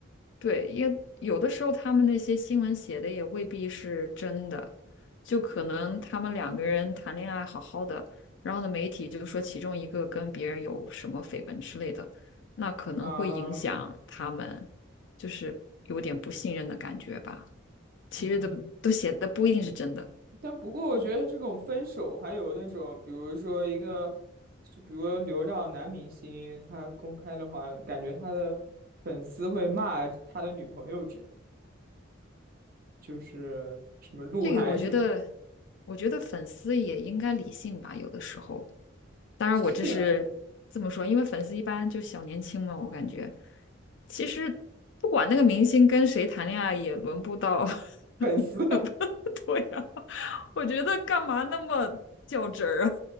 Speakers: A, on the left; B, on the right.
A: 对，因为有的时候他们那些新闻写的也未必是真的，就可能他们两个人谈恋爱好好的，然后呢，媒体就说其中一个跟别人有什么绯闻之类的，那可能会影响他们，
B: 啊，
A: 就是有点不信任的感觉吧。其实都都写的不一定是真的，
B: 嗯，但不过我觉得这种分手，还有那种比如说一个，就比如流量男明星，他公开的话，感觉他的粉丝会骂他的女朋友这样，就是什么鹿晗什么，
A: 这个我觉得，我觉得粉丝也应该理性吧，有的时候。当然，
B: <laughs> 是啊，
A: 我这是这么说，因为粉丝一般就是小年轻嘛，我感觉其实不管那个明星跟谁谈恋爱，也轮不到，<laughs>
B: 粉丝。
A: 也轮不到对呀、我觉得干嘛那么较真儿啊？